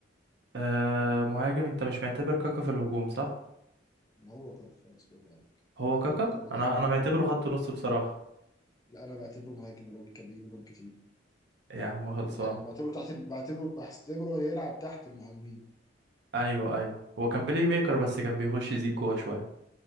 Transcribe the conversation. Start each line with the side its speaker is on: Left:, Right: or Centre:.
Right: آه مهاجم انت مش معتبر كاكا في الهجوم صح
Left: ما هو كان خلاص برافو عليك
Right: هو كاكا
Left: كنت ممكن أبقى
Right: انا
Left: وحش.
Right: انا معتبره
Left: اه
Right: خط نص بصراحه
Left: لا أنا بعتبره مهاجم الراجل كان بيجيب جون كتير
Right: يا عم خلصان
Left: يعني بعتبره تحت بعتبره بحتبره يلعب تحت المهاجمين
Right: ايوه ايوه هو كان بلاي ميكر بس كان بيخش يزيد جوه شويه